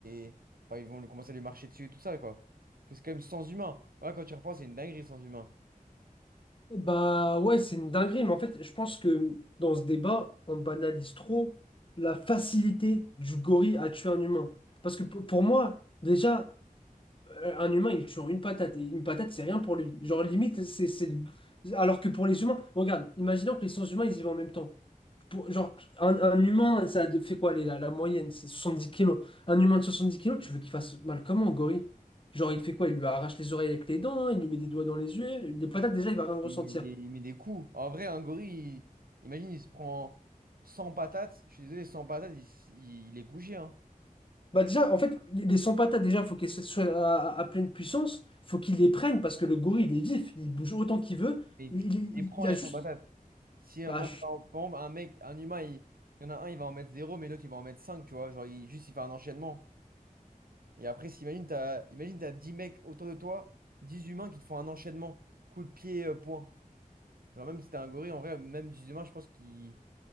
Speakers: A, on the right; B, on the left.
A: et enfin, ils vont le- commencer à lui marcher dessus et tout ça, quoi. Parce que c'est quand même sans humain. Ouais, quand tu repenses, c'est une dinguerie sans humain.
B: Bah ouais, c'est une dinguerie, mais en fait, je pense que dans ce débat, on banalise trop la facilité du gorille à tuer un humain. Parce que pour pour moi, déjà, euh, un humain, il tue en une patate, et une patate, c'est rien pour lui. Genre, limite, c'est... c'est- Alors que pour les humains, regarde, imaginons que les sens humains, ils y vont en même temps. pour- genre, un, un humain, ça fait quoi les- la, la moyenne? C'est 70 kilos. Un humain de 70 kilos, tu veux qu'il fasse mal comment, gorille? Genre, il fait quoi? Il lui arrache les oreilles avec les dents, hein, il lui met des doigts dans les yeux. Les patates, déjà, il va
A: Il
B: rien ressentir.
A: met des, il met des coups. En vrai, un gorille, il- imagine, il se prend 100 patates. Je suis désolé, 100 patates, il, s- il, il est couché, hein.
B: Bah, déjà, en fait, les, les 100 patates, déjà, faut qu'elles soient à, à- à pleine puissance. Faut qu'il les prenne parce que le gorille, il est vif, il bouge autant qu'il veut.
A: Et il
B: Il, il-
A: il les prend,
B: il
A: les
B: a juste.
A: 100 patates. Si euh,
B: ah,
A: moi, par exemple, par exemple, un mec, un humain, il, il y en a un, il va en mettre zéro mais l'autre, il va en mettre 5 tu vois. Genre, il, juste, il fait un enchaînement. Et après, si- imagine, t'as, imagine, t'as 10 mecs autour de toi, 10 humains qui te font un enchaînement. Coup de pied, euh, point. Genre, même si t'es un gorille, en vrai, même 10 humains, je pense qu'il,